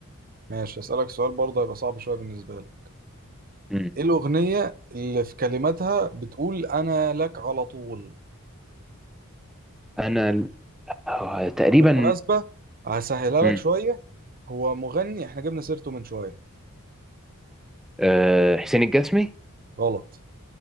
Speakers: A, on the right (about 40°); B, in the centre.
A: ماشي أسألك سؤال برضه هيبقى صعب شوية بالنسبة لك
B: مم.
A: إيه الأغنية اللي في كلماتها بتقول أنا لك على طول
B: أنا ال- آه، تقريبا
A: بالمناسبة هسهلها
B: مم.
A: لك شوية هو مغني إحنا جبنا سيرته من شوية
B: آه، حسين الجسمي
A: غلط